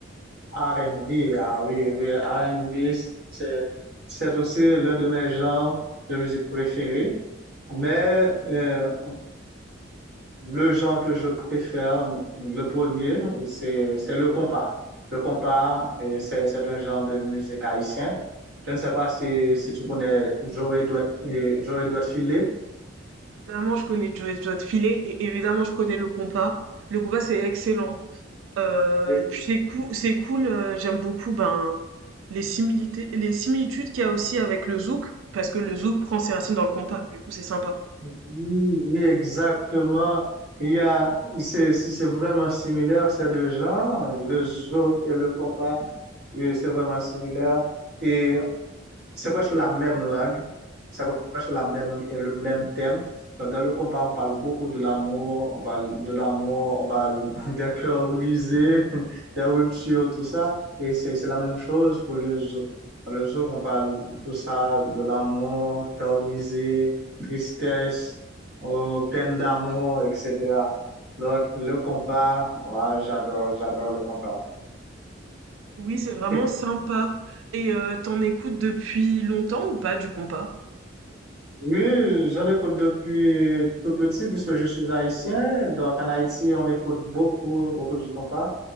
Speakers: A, on the right; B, on the right.
A: R&B. Ah oui, oui, R&B, c'est, c'est aussi l'un de mes genres de musique préférés. Mais euh, Le genre que je préfère, le premier, c'est c'est le compas. Le compas, et c'est c'est un genre de musique haïtien. Je ne sais pas si si tu connais Joey Douet et Joey Douet Filé.
B: Évidemment, je connais Joe Joe Filet et évidemment, je connais le compas. Le compas, c'est excellent. Euh,
A: Et
B: et puis, c'est cool, c'est cool. euh, j'aime beaucoup ben, les similité- les similitudes qu'il y a aussi avec le zouk, parce que le zouk prend ses racines dans le compas. Du coup, c'est sympa.
A: Oui, oui, exactement. Il y a c'est c'est c'est vraiment similaire ces deux genres, le zouk et le compas. Oui, c'est vraiment similaire. Et C'est presque la même langue, c'est presque la même, le même thème. Donc, dans le compas, on parle beaucoup de l'amour, on parle de l'amour, on parle <laughs> des cœurs brisés, <laughs> des ruptures, tout ça. Et c'est c'est la même chose pour le zouk. Dans le zouk, on parle tout ça, de l'amour, cœur brisé, tristesse, euh, peine d'amour, etc. Donc, le compas, ouais, j'adore, j'adore le compas.
B: Oui, c'est vraiment
A: Et
B: sympa. Et euh, t'en écoutes depuis longtemps ou pas du compas?
A: Oui, j'en écoute depuis tout petit puisque je suis haïtien. Donc, en Haïti, on écoute beaucoup, beaucoup du compas.